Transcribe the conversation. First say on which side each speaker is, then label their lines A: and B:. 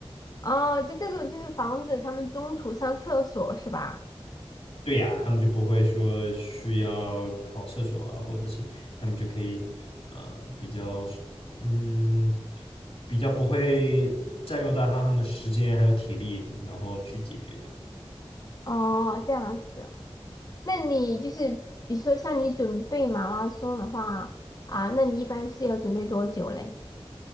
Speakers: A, on the left (about 40°); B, on the left (about 65°).
A: 哦，就这种就是防止他们中途上厕所是吧？
B: 对呀，他们就不会说需要跑厕所啊，或者是他们就可以呃比较嗯比较不会占用到他他们时间还有体力，然后去解决这样。
A: 哦，这样子，那你就是比如说像你准备马拉松的话啊，那你一般是要准备多久嘞？